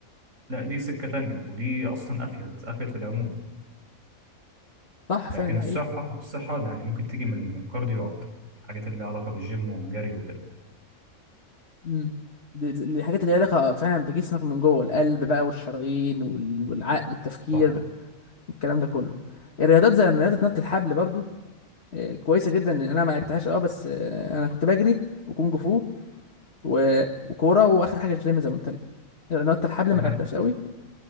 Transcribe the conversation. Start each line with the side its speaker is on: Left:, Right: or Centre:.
Right: لا دي سكة تانية ودي أصلا أفيد أفيد في العموم
Left: صح
Right: لكن
Left: فعلا ده
Right: الصحة
Left: حقيقي
Right: الصحة يعني ممكن تيجي من من الكارديو أكتر الحاجات اللي لها علاقة بالجيم والجري وكده
Left: امم دي- دي- الحاجات اللي ليها علاقة فعلا بجسمك من جوه القلب بقى والشرايين وال- والعقل التفكير
Right: صح
Left: الكلام ده كله الرياضات زي رياضة نط الحبل برضو آه، كويسة جدا انا ما لعبتهاش اه بس آه، انا كنت بجري وكونج فو و- وكورة واخر حاجة الجيم زي ما قلت لك نط الحبل
Right: تمام
Left: ما لعبتهاش قوي